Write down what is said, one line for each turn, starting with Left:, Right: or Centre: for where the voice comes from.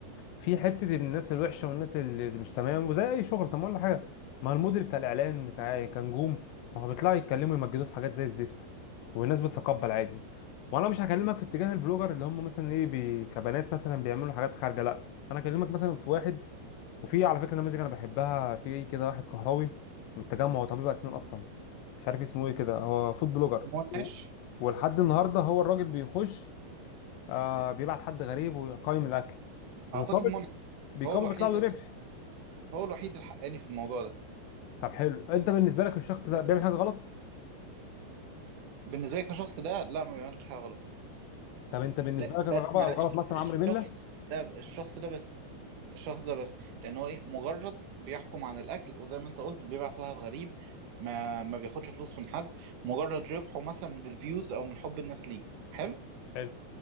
Left: في حته الناس الوحشه والناس اللي مش تمام وزي اي شغل طب ما اقول لك حاجه ما المدير بتاع الاعلان ك- كنجوم ما هو بيطلعوا يتكلموا يمجدوه في حاجات زي الزفت والناس بتتقبل عادي وانا مش هكلمك في اتجاه البلوجر اللي هم مثلا ايه بي... كبنات مثلا بيعملوا حاجات خارجه لا انا اكلمك مثلا في واحد وفي على فكره نماذج انا بحبها في كده واحد كهراوي من التجمع هو طبيب اسنان اصلا مش عارف اسمه ايه كده هو فود بلوجر
Right: منعش
Left: و... ولحد النهارده هو الراجل بيخش آه بيبعت حد غريب ويقيم الاكل ومقابل
Right: أعتقد منعش
Left: بيكون
Right: هو الوحيد
Left: بيطلع له ربح
Right: هو الوحيد الحقاني في الموضوع ده
Left: طب حلو انت بالنسبه لك الشخص ده بيعمل حاجه غلط
Right: بالنسبة لي كشخص ده لا ما بيعملش حاجة غلط
Left: طب انت بالنسبه
Right: لا
Left: لك الغلط
Right: بس
Left: الغلط
Right: معلش
Left: مثلا
Right: الشخص
Left: عمرو بيلا
Right: ده الشخص ده بس الشخص ده بس لان هو ايه مجرد بيحكم عن الاكل وزي ما انت قلت بيبعت واحد غريب ما ما بياخدش فلوس من حد مجرد ربحه مثلا من الفيوز او من حب الناس ليه حلو
Left: حلو